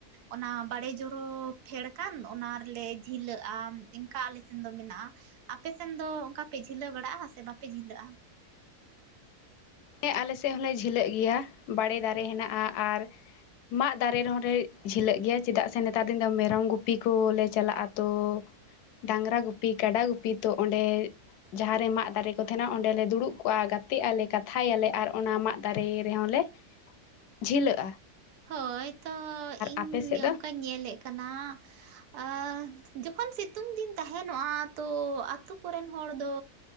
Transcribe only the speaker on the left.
ᱦᱮᱸ ᱟᱞᱮ ᱥᱮᱫ ᱦᱚᱸᱞᱮ ᱡᱷᱤᱞᱟᱹᱜ ᱜᱮᱭᱟ ᱵᱟᱲᱮ ᱫᱟᱨᱮ ᱦᱮᱱᱟᱜᱼᱟ ᱟᱨ ᱢᱟᱫ ᱫᱟᱨᱮ ᱨᱮᱦᱚᱸ ᱞᱮ ᱡᱷᱤᱞᱟᱹᱜ ᱜᱮᱭᱟ ᱪᱮᱫᱟᱜ ᱥᱮ ᱱᱮᱛᱟᱨ ᱫᱤᱱ ᱫᱚ ᱢᱮᱨᱚᱢ ᱜᱩᱯᱤ ᱠᱚᱞᱮ ᱪᱟᱞᱟᱜᱼᱟ ᱛᱚ ᱰᱟᱝᱨᱟ ᱜᱩᱯᱤ ᱠᱟᱰᱟ ᱜᱩᱯᱤ ᱛᱚ ᱚᱸᱰᱮ ᱡᱟᱦᱟᱸ ᱨᱮ ᱢᱟᱜ ᱫᱟᱨᱮ ᱠᱚ ᱛᱟᱦᱮᱱᱟ ᱚᱸᱰᱮ ᱞᱮ ᱫᱩᱲᱩᱵ ᱠᱚᱜᱼᱟ ᱜᱟᱛᱮᱜ ᱟᱞᱮ ᱠᱟ ᱠᱟᱛᱷᱟᱭᱟᱞᱮ ᱟᱨ ᱚᱱᱟ ᱢᱟᱫ ᱫᱟᱨᱮ ᱨᱮᱦᱚᱸ ᱞᱮ ᱡᱷᱤᱞᱟᱹᱜ
ᱟᱯᱮ ᱥᱮᱫ ᱫᱚ